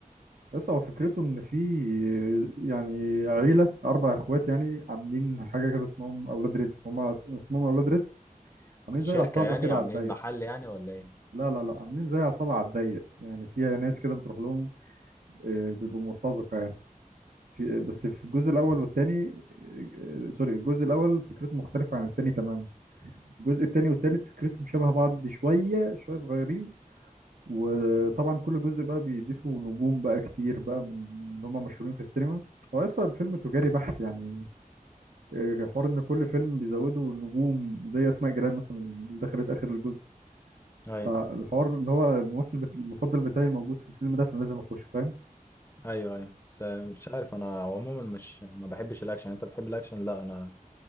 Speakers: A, on the right; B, on the left.
A: بس هو فكرته إن في يعني عيلة أربع إخوات يعني عاملين حاجة كده اسمهم أولاد رزق هما اسمهم أولاد رزق عاملين
B: شركه
A: زي عصابة
B: يعني
A: كده
B: عاملين
A: على الضيق
B: محل يعني ولا ايه
A: لا لا لا عاملين زي عصابة على الضيق يعني فيها ناس كده بتروح لهم آه، بيبقوا مرتزقة يعني في بس في الجزء الأول والتاني آه، سوري الجزء الأول فكرته مختلفة عن التاني تماما الجزء التاني والتالت فكرتهم شبه بعض شوية شوية صغيرين وطبعا كل جزء بقى بيضيفوا نجوم بقى كتير بقى من اللي هم مشهورين في السينما هو أصلا الفيلم تجاري بحت يعني آه، حوار إن كل فيلم بيزودوا نجوم زي أسماء جلال مثلا اللي دخلت آخر الجزء
B: ايوه
A: فالحوار ان هو الممثل بت... المفضل بتاعي موجود في الفيلم ده فانا لازم اخش فاهم
B: ايوه ايوه بس مش عارف انا عموما مش ما بحبش الاكشن انت بتحب الاكشن لا انا